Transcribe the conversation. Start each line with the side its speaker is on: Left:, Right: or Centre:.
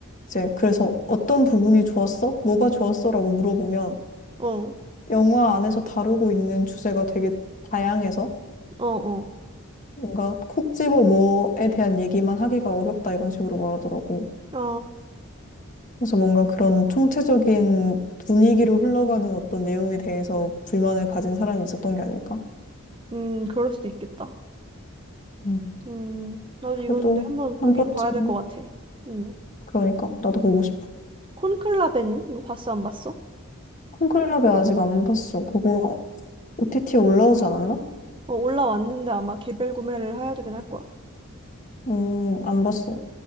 Left: 이제 그래서 어떤 부분이 좋았어? 뭐가 좋았어? 라고 물어보면
Right: 어,
Left: 영화 안에서 다루고 있는 주제가 되게 다양해서
Right: 어, 어.
Left: 뭔가 콕 집어 뭐에 대한 얘기만 하기가 어렵다 이런 식으로 말하더라고.
Right: 아,
Left: 그래서 뭔가 그런 총체적인 분위기로 흘러가는 어떤 내용에 대해서 불만을 가진 사람이 있었던 게 아닐까?
Right: 음, 그럴 수도 있겠다.
Left: 음.
Right: 음, 나도
Left: 그래도
Right: 이거 근데 한번 보긴
Left: 한 번쯤
Right: 봐야 될 것 같아. 음,
Left: 그러니까 나도 보고 싶어.
Right: 콘클라베는? 이거 봤어, 안 봤어?
Left: 콘클럽에 아직 안 봤어. 그거 OTT 에 올라오지 않았나?
Right: 어, 올라왔는데 아마 개별 구매를 해야 되긴 할 거야.
Left: 음, 안 봤어.